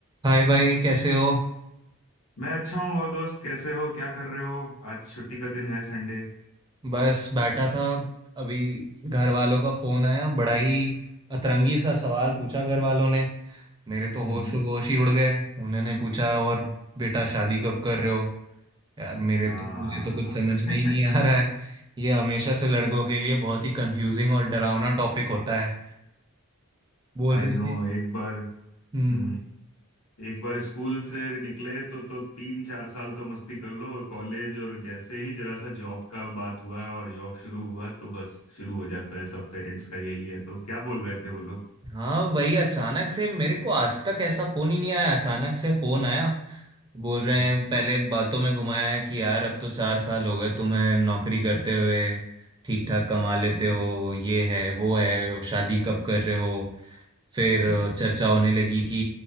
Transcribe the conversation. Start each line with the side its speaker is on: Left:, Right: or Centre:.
Right: हाय भाई कैसे हो
Left: मैं अच्छा हूँ और दोस्त कैसे हो क्या कर रहे हो आज छुट्टी का दिन है संडे
Right: बस बैठा था अभी घर वालों का फोन आया बड़ा ही अतरंगी सा सवाल पूछा घर वालों ने मेरे तो होश
Left: हम्म
Right: होश ही उड़ गए उन्होंने पूछा और बेटा शादी कब कर रहे हो यार मेरे
Left: हाँ
Right: तो मुझे तो कुछ समझ में
Left: <laughs>
Right: ही नहीं आ रहा है ये हमेशा से लड़कों के लिए बहुत ही कंफ्यूजिंग और डरावना टॉपिक होता है बोल
Left: आई
Right: रही
Left: नो
Right: थी
Left: एक बार हम्म
Right: हम्म
Left: एक बार स्कूल से निकले तो तो तीन चार साल तो मस्ती कर लो और कॉलेज और जैसे ही जरा सा जॉब का बात हुआ और जॉब शुरू हुआ तो बस शुरू हो जाता है सब पेरेंट्स का यही है तो क्या बोल रहे थे वो लोग
Right: हाँ वही अचानक से मेरे को आज तक ऐसा फोन ही नहीं आया अचानक से फोन आया बोल रहे
Left: हम्म।
Right: हैं पहले एक बातों में घुमाया कि यार अब तो चार साल हो गए तुम्हें नौकरी करते हुए ठीक ठाक कमा लेते हो ये है वो है शादी कब कर रहे हो फिर अ,
Left: <laughs>
Right: चर्चा होने लगी कि